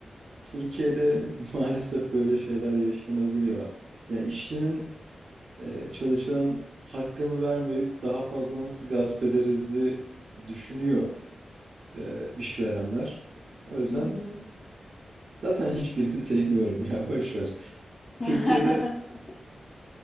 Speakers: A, on the right; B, on the left.
A: Türkiye'de <laughs> maalesef böyle şeyler yaşanabiliyor. Ya işçinin e, çalışanın hakkını vermeyip daha fazla nasıl gasp ederizi düşünüyor e, işverenler. O yüzden
B: Hı hı.
A: zaten hiçbirini <laughs> sevmiyorum ya boş ver.
B: <laughs>
A: Türkiye'de